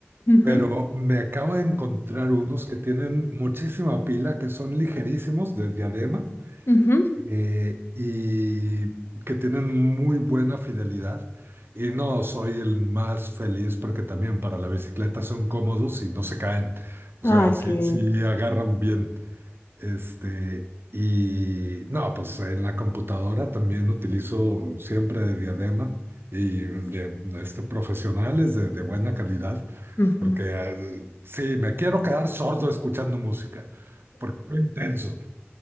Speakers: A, on the left; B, on the right.
A: Ujú,
B: pero me acabo de encontrar unos que tienen muchísima pila, que son ligerísimos de diadema
A: ujú.
B: eh, y que tienen muy buena fidelidad. Y no soy el más feliz porque también para la bicicleta son cómodos y no se caen. O
A: Ay,
B: sea, sí,
A: qué bien.
B: sí agarran bien. Este, y no, pues en la computadora también utilizo siempre de diadema y de este, profesionales de, de buena calidad,
A: Ujú.
B: porque eh, sí, me quiero quedar sordo escuchando música, porque soy intenso.